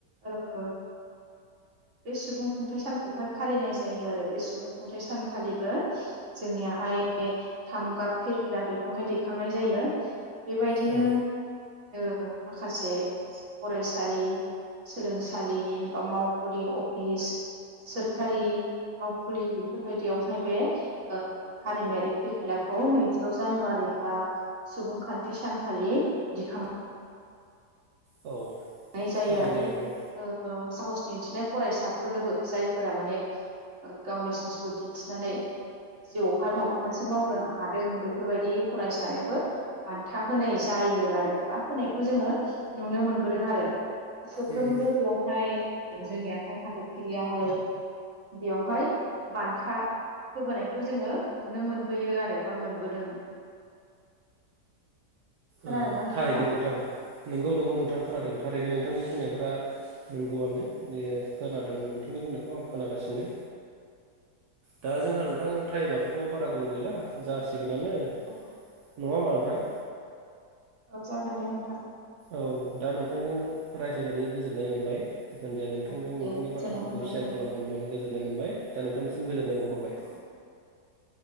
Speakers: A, on the right; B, on the right.
A: ओ बे सुबुं खुंथाइ सान खौहाय फालिनाय जायो आरो बे सुबुं खुंथाइ सानखालिबो जोंनियाहाय बे थाम गाब फिरफिला बेखौहाय दै नाय जायो बेबायदिनो
B: औ
A: ओ माखासे फरायसालि सोलोंसालि बा मावखुलि अ अफिस सोरखारि मावखुलि बेफोरबायदियावहाय बे ओ हारिमायारि फिरफिलाखौ नैजिद' जानुवारि बा सुबुंखान्थि सानखालि दिखां
B: औ
A: नाय जायो
B: थारैनो
A: <inaudible>
B: नंगौ
A: ओ साहस दिन्थिनाय फरायसाफोरनोबो जायफोरा माने गावनि साहसखौ दिन्थिनानै जिउआवहाय माबा मोनसे मावनो हादों बेफोरबायदि फरायसानोबो बान्था होनाय जायो आरो बा होनायखौ जोङो नुनो मोन दों आरो बोसोरफ्रोमबो
B: उम
A: बेयावहाय जोंनियाहाय हादरगिरियाहाय बेयावहाय बान्था होबोनायखौ जोङो नुनो मोनबोयो आरो बा मोनबोदों। खोनादोंना
B: अ
A: नोंथाङा
B: थारैदो नोंथां नोंगौ नंगौ नोंथां। खोनादों
A: औ
B: थारैनो नोंथांनि बुंनायफोरा नंगौआनो
A: औ
B: बे खोनादों नोंथांनि बुंनायखौ आं खोनागासिनो
A: औ
B: दा जोंहा नोंथां टाइमाबोथ' बारा गोलाव गैला जासि गोनानो
A: औ
B: नङा होनबा नों थां
A: औ जागोन दे नोंथां
B: औ दा नोंथांजों रायज्लायनानै गोजोननाय मोनबाय। जिखुनुजाया नोंथांजों
A: औ
B: नोंथांनि
A: दे गोजोननाय
B: बाथ्राफोरखौ
A: मोनबाय
B: सेयार
A: दे
B: खालामनो मोननानै गोजोननाय मोनबाय दा नोंथांनिसिम गोजोननाय बावहरबाय।
A: औ